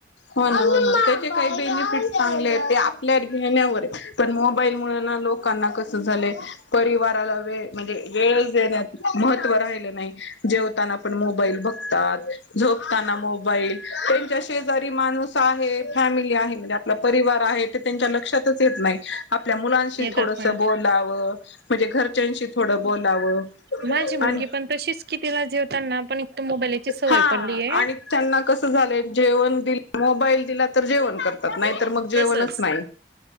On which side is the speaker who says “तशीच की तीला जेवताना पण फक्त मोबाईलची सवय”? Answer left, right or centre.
Right